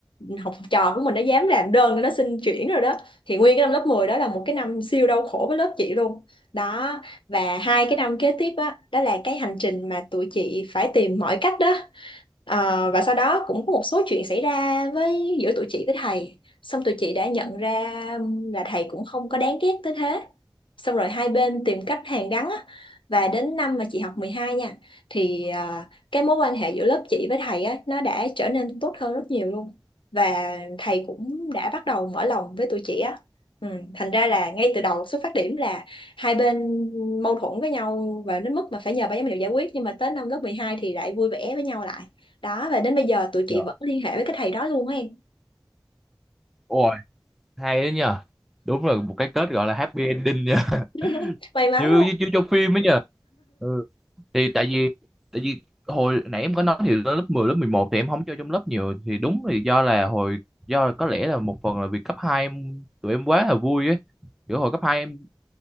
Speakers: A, on the left; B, in the centre.
A: học trò của mình đã dám làm đơn để nó xin chuyển rồi đó thì nguyên cái năm lớp 10 đó là một cái năm siêu đau khổ với lớp chị luôn đó và hai cái năm kế tiếp á đó là cái hành trình mà tụi chị phải tìm mọi cách đó Ờ, và sau đó cũng có một số chuyện xảy ra với giữa tụi chị với thầy xong tụi chị đã nhận ra là thầy cũng không có đáng ghét tới thế xong rồi hai bên tìm cách hàn gắn á và đến năm mà chị học 12 nha thì ờ, cái mối quan hệ giữa lớp chị với thầy á nó đã trở nên tốt hơn rất nhiều luôn và thầy cũng đã bắt đầu mở lòng với tụi chị á ừ, thành ra là ngay từ đầu xuất phát điểm là hai bên mâu thuẫn với nhau và đến mức mà phải nhờ ban giám hiệu giải quyết nhưng mà tới năm lớp 12 thì lại vui vẻ với nhau lại đó và đến bây giờ tụi chị
B: dạ
A: vẫn liên hệ với cái thầy đó luôn á em
B: ôi hay đấy nhờ đúng là một cái kết gọi là happy ending nha <laughs>
A: <laughs> may mắn
B: như
A: luôn
B: như, như trong phim ấy nhờ ừ thì tại vì tại vì hồi nãy em có nói thì lên lớp 10, lớp 11 thì em không chơi trong lớp nhiều thì đúng thì do là hồi do là có lẽ là một phần là vì cấp 2 em, tụi em quá là vui ấy kiểu hồi cấp 2 em